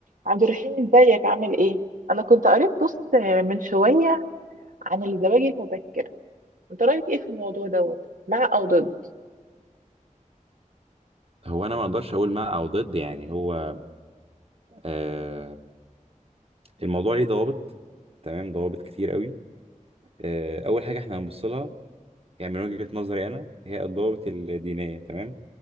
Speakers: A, on the right; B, on the right.
A: عبد الرحيم ازيك عامل ايه؟ انا كنت قريت بوست من شوية عن الزواج المبكر انت رأيك ايه في الموضوع دوت؟ مع او ضد؟
B: هو انا ما اقدرش اقول مع او ضد يعني هو آه الموضوع ليه ضوابط تمام ضوابط كتير قوي آه اول حاجه احنا هنبص لها يعني من وجهه نظري انا هي الضوابط الدينيه تمام